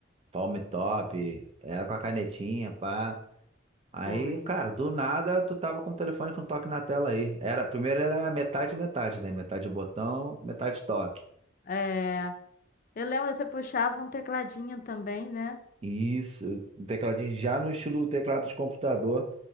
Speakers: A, on the right; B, on the left.
A: palm top, era com a canetinha, pá. Aí,
B: Foi.
A: cara, do nada tu tava com o telefone com toque na tela aí. Era, primeiro era metade metade, né? Metade botão, metade toque.
B: É, eu lembro, você puxava um tecladinho também, né?
A: Isso, um tecladinho já no estilo do teclado de computador,